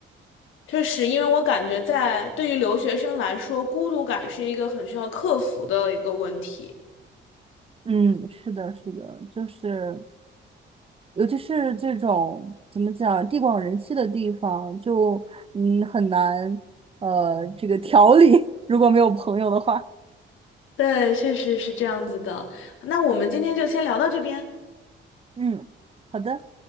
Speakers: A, on the left (about 80°); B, on the right (about 30°).
A: 确实，因为我感觉在对于留学生来说，孤独感是一个很需要克服的一个问题。
B: 嗯，是的，是的，就是尤其是这种怎么讲，地广人稀的地方，就嗯很难呃这个调理，<laughs> 如果没有朋友的话。
A: 对，确实是这样子的。那我们今天就先聊到这边。
B: 嗯，好的，